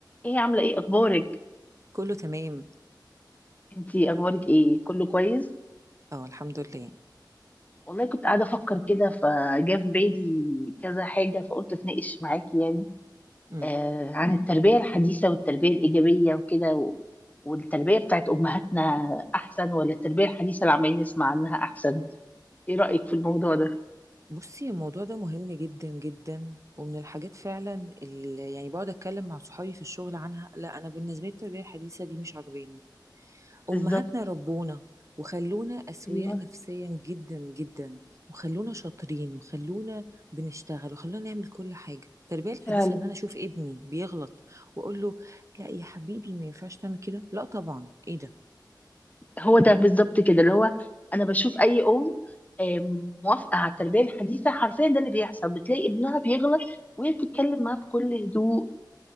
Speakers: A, on the left (about 20°); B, on the right (about 40°).
A: ايه عاملة ايه اخبارك
B: كله تمام
A: انتي اخبارك ايه كله كويس
B: اه الحمد لله
A: والله كنت قاعدة افكر كده فجاء في بالي كذا حاجة فقلت اتناقش معاكي يعني
B: امم
A: آه عن التربية الحديثة والتربية الإيجابية وكده و... والتربية بتاعت أمهاتنا أحسن ولا التربية الحديثة اللي عمالين نسمع عنها أحسن ايه رأيك في الموضوع ده
B: بصي الموضوع ده مهم جدا جدا ومن الحاجات فعلا اللي يعني بقعد اتكلم مع صحابي في الشغل عنها لا انا بالنسبه لي التربيه الحديثه دي مش عجباني
A: بالظبط
B: امهاتنا ربونا وخلونا اسوياء
A: ايوه
B: نفسيا جدا جدا وخلونا شاطرين وخلونا بنشتغل وخلونا نعمل كل حاجه التربيه الحديثه
A: فعلا
B: ان انا اشوف ابني بيغلط واقول له لا يا حبيبي ما ينفعش تعمل كده لا طبعا ايه ده
A: هو ده بالظبط كده اللي هو انا بشوف اي ام آم، موافقه على التربيه الحديثه حرفيا ده اللي بيحصل بتلاقي ابنها بيغلط وهي بتتكلم معاه بكل هدوء